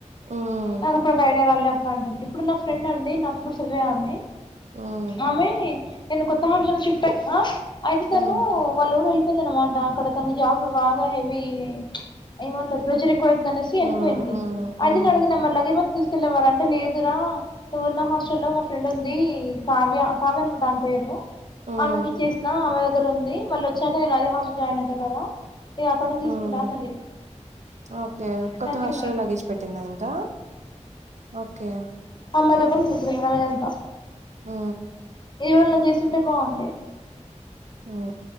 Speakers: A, on the right; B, on the left.
A: ఉమ్
B: నాకుప్పుడు అది ఐడియా రాలే అక్క అంటంది ఇప్పుడు నా ఫ్రెండ్ అండి నాతో పాటు చదివేఆమి
A: హ్మ్
B: ఆమె నేను కొత్త హాస్టల్ షిఫ్ట్ అయినా అయితే తనూ
A: హ్మ్
B: వాల్లూరు వెళ్ళిపో యిందనమాట అక్కడ తన జాబ్ బాగా హెవీ ఏమంటారు ప్రెజర్ ఎక్కువ యితింది అనేసి
A: హ్మ్
B: ఎళ్ళిపోయింది
A: హ్మ్ హ్మ్
B: అయితే నేనడిగిన మరి లగేజ్ మొత్తం తీసుకెళ్ళలేవా అంటే లేదురా నువ్వు ఉన్న హస్ట్ స్టల్ లో మా ఫ్రెండ్ ఉంది కావ్య కావ్యనికి ఒక డామ్ పేరు
A: హ్మ్
B: ఆమెకి ఇచ్చేసిన ఆమె దగ్గర ఉంది మళ్ళీ వచ్చాక నేను అదే హాస్టల్ లో జాయిన్ అవుతా కదా నే అక్కడ నుంచి
A: హ్మ్.
B: తీసుకుంటా అన్నది
A: ఓకే కొత్త
B: నేను అనుకున్నా
A: హాస్టల్ లొ లగేజ్ పెట్టిందా ఇంకా ఓకే
B: అమ్మ దగ్గర ఉండిద్ది మయి రోజంతా
A: మ్
B: <unintelligible> చేస్తుంటే బాగుండి
A: మ్